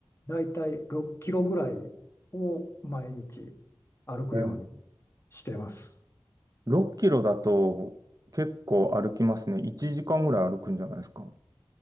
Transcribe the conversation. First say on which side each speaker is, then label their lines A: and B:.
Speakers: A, on the left; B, on the right.
A: だいたい6キロぐらいを毎日歩くように
B: えー
A: してます。
B: 6キロだと結構歩きますね。1時間ぐらい歩くんじゃないですか